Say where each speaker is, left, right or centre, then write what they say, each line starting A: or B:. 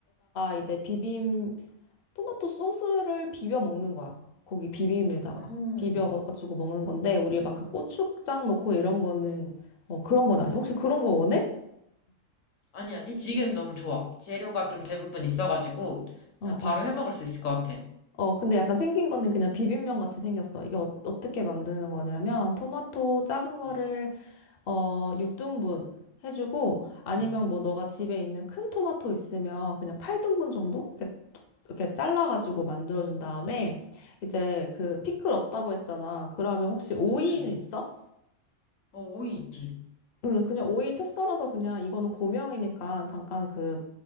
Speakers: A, on the left (about 60°); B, on the left (about 75°).
A: 이제 비빔, 토마토 소스를 비벼 먹는 거야. 거기 비빔에다가.
B: 음,
A: 비벼가지고 먹는 건데, 우리 막 그 고추장 넣고 이런 거는, 어, 그런 건 아니야. 혹시 그런 거 원해?
B: 아니, 아니, 지금 너무 좋아. 재료가 좀 대부분 있어가지고,
A: 어,
B: 자, 바로
A: 어.
B: 해 먹을 수 있을 것 같아.
A: 어, 근데 약간 생긴 거는 그냥 비빔면 같이 생겼어. 이게 어, 떻게 만드는 거냐면, 토마토 작은 거를,
B: 음,
A: 어, 6등분 해주고, 아니면
B: 음,
A: 뭐 너가 집에 있는 큰 토마토 있으면 그냥 8등분 정도? 이렇게, 이렇게 잘라가지고 만들어준 다음에, 이제 그
B: 음,
A: 피클 없다고 했잖아. 그러면 혹시 오이는
B: 음.
A: 있어?
B: 어, 오이 있지.
A: 음, 그냥 오이 채 썰어서 그냥 이거는 고명이니까 잠깐 그